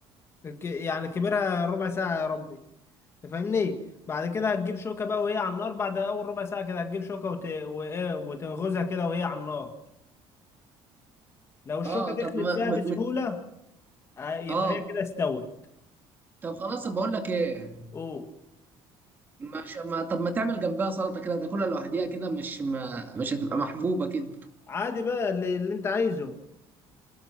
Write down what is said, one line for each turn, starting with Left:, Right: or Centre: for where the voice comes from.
Left: ك- يعني كبرها ربع ساعة يا ربي تفهمني بعد كده هتجيب شوكة بقى وهي على النار بعد أول ربع ساعة كده هتجيب شوكة وت... وإيه وتنغزها كده وهي على النار لو الشوكة
Right: اه
Left: دخلت
Right: طب ما
Left: فيها
Right: م...
Left: بسهولة
Right: م...
Left: آه، يبقى
Right: اه
Left: هي كده استوت
Right: طب خلاص بقول لك ايه
Left: أوه
Right: مش ما طب ما تعمل جنبها سلطة كده تاكلها لوحديها كده مش ما... مش هتبقى محبوبة كده
Left: عادي بقى اللي, اللي أنت عايزه